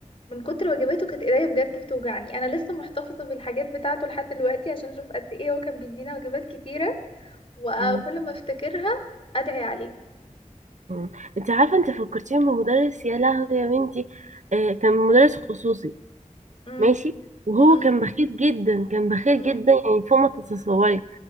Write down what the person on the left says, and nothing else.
من كتر واجباته كانت ايديا بجد بتوجعني انا لسه محتفظه بالحاجات بتاعته لحد دلوقتي عشان اشوف قد ايه هو كان بيدينا واجبات كتيره وكل
ما افتكرها ادعي عليه
امم
امم
امم